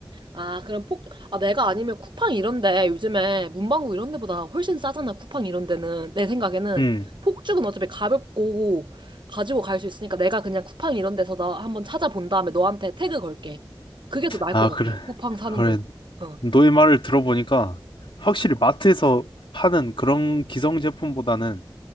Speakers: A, on the right (about 70°); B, on the left (about 80°).
A: 아, 그럼 폭, 아, 내가 아니면 쿠팡 이런데 요즘에 문방구 이런 데보다 훨씬 싸잖아, 쿠팡 이런 데는. 내 생각에는.
B: 음,
A: 폭죽은 어차피 가볍고 가지고 갈 수 있으니까 내가 그냥 쿠팡 이런 데서 나 한번 찾아본 다음에 너한테 태그 걸게. 그게 더 나을
B: 아,
A: 것 같아,
B: 그래.
A: 쿠팡 사는
B: 그래.
A: 건. 어,
B: 너의 말을 들어보니까 확실히 마트에서 파는 그런 기성 제품보다는